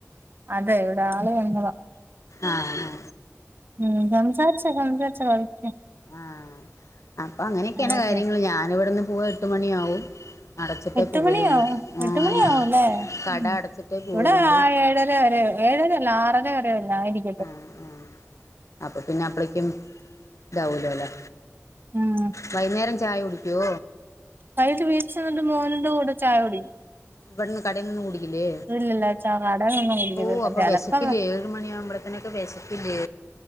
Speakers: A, on the right (about 45°); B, on the left (about 80°).
A: അതെ ഇവിടെ ആള് വന്നെതാ
B: ആഹ് ഹാ
A: ഉം സംസാരിച്ചൊ സംസാരിച്ചൊ കൊ
B: ആഹാ അപ്പങ്ങനെയെക്കെയാണ്
A: അതൊക്കെയാ
B: കാര്യങ്ങള് ഞാന് വടെന്ന് പോവാ എട്ട് മണിയാവും. അടച്ചിട്ടേ
A: എട്ട്
B: പോവലുള്ളൂ
A: മണിയാവും എട്ട്
B: ആഹ്
A: മണിയാവുലേ
B: കട
A: മ്
B: അടച്ചിട്ടേ പോവലുള്ളൂ
A: ഇവടെ ഏഴര വരെ ഏഴരെയല്ല ആറര വരയല്ലേ ആയിരിക്കും.
B: ആഹ് ആഹ് അപ്പൊ പിന്നെ അപ്പെളേക്കും ഇതാവൊലോലേ?
A: ഉം.
B: വൈയ്ന്നേരം ചായ കുടിക്കോ?
A: വൈകിട്ട് വീട്ടി ചെന്നിട്ട് മോന്റെ കൂടെ ചായ കുടിക്കും
B: ഇവട്ന്ന് കടേന്നൊന്നും കൂടി ക്കില്ലേ
A: ഇല്ലില്ല ചാ കടയിലൊന്നും
B: ഓ
A: കുടിക്കത്തില്ല
B: അപ്പൊ
A: ചിലപ്പം
B: വെശക്കില്ലേ ഏഴ് മണിയാവുമ്പോളോതിനൊക്കെ വെശക്കില്ലേ?